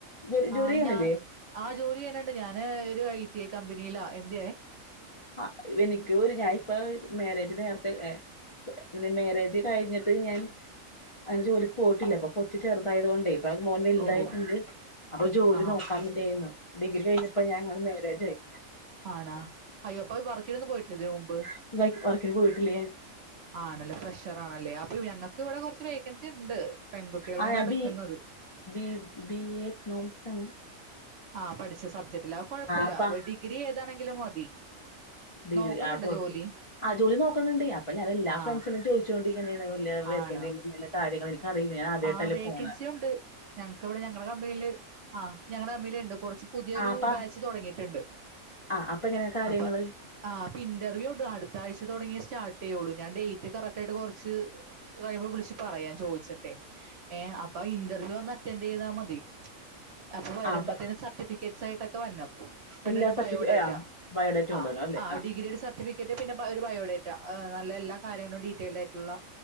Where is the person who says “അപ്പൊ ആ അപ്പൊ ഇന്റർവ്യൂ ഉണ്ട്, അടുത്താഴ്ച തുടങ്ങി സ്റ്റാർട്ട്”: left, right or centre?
Right